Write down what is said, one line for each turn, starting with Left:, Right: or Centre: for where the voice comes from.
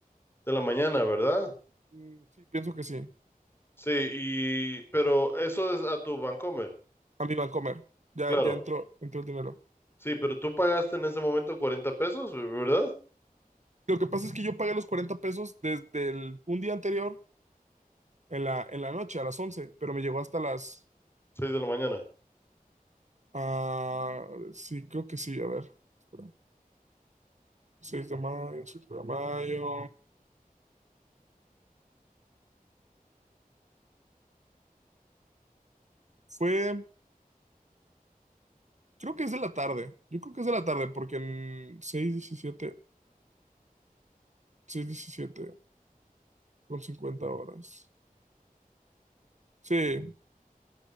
Left: de la mañana, ¿verdad?
Right: Mm, sí, pienso que sí.
Left: Sí, y pero eso es a tu Bancomer.
Right: A mi Bancomer. Ya,
Left: Claro.
Right: ya entró, entró el dinero.
Left: Sí, pero tú pagaste en ese momento 40 pesos, ¿verdad?
Right: Lo que pasa es que yo pagué los 40 pesos desde el, un día anterior, en la, en la noche, a las 11, pero me llegó hasta las...
Left: Seis de la mañana.
Right: ah, sí, creo que sí, a ver. espera. seis de mayo, cinco de mayo. Fue, creo que es de la tarde. Yo creo que es de la tarde porque en seis diecisiete seis, diecisiete con cincuenta horas. Sí,